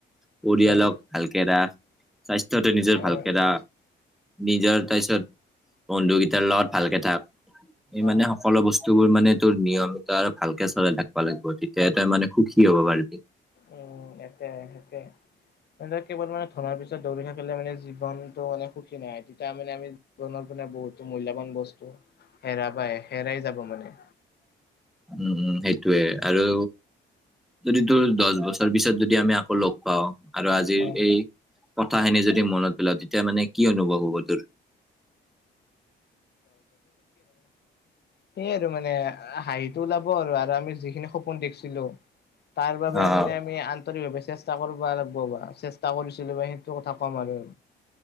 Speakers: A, in the centre; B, on the left (about 55°).
A: পৰিয়ালক
B: হয়
A: ভালকে ৰাখ, স্বাস্থ্যতে নিজৰ
B: অ
A: ভালকে ৰাখ নিজৰ তাৰপিছত বন্ধুকেইটাৰ লগত ভালকে থাক এই মানে
B: অ
A: অলপ বস্তুবোৰ মানে তোৰ নিয়ম এটা আৰু ভালকে চলাই থাকিবা লাগিব। তেতিয়াহে তই মানে সুখী হ'ব পাৰি
B: উম, একে, একে। মানে কেৱল মানে তোমাৰ ধৰাৰ পিছত দৌৰি থাকিলে মানে জীৱনতটো মানে সুখী নহয়। তেতিয়া মানে আমি জীৱনৰ মানে বহুতো মূল্যবান বস্তু হেৰাবাই - হেৰাই যাব মানে।
A: উম, সেইটোৱে আৰু যদি তোৰ দহ বছৰ পিছত যদি আমি আকৌ লগ পাও আৰু আজিৰ
B: অ',
A: এই কথাখিনি যদি মনত পেলাও তেতিয়া মানে কি অনুভৱ হ'ব তোৰ
B: সেইয়াই আৰু মানে হাহিটো ওলাব আৰু আৰু আমি যিখিনি সপোন দেখিছিলো। তাৰ বাবে
A: অ',
B: মানে আমি আন্তৰিকভাৱে চেষ্টা কৰিব লাগিব চেষ্টা কৰিছো। সেইটো কথা কম আৰু